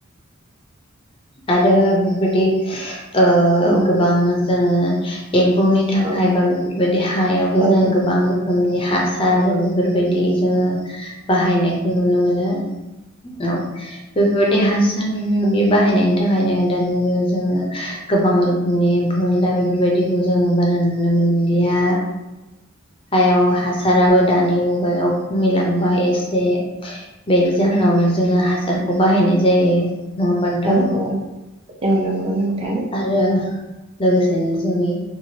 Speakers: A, on the left; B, on the right.
A: आरो बेफोरबायदि ओ
B: औ
A: गोबां जोङो <unintelligible> एम्फौनि थाखाय
B: औ
A: बा बेफोरबायदि हायावबो
B: औ
A: जोङो गोबां रोखोम नि हासार बेफोरबायदि जोङो बाहायनायखौ नुनो मोनो। द <unintelligible> औ बेफोरबायदि देहा <unintelligible> <unintelligible> बाहनायनि थाखायनो दानि मुगायाव जोङो गोबां रोखोमनि एम्फौ एनला बे फोरबायदिखौ जों बारा नुनो मोनलिया। हायाव हासाराबो दानि मुगायाव खमिलांबाय एसे बेनि जाहोनावनो जोङो हासा रखौ बाहायनाय जायो। होमबा नोंथां
B: औ औ औ नंगौ नोंथां
A: आरो लोगोसेनो जोंनि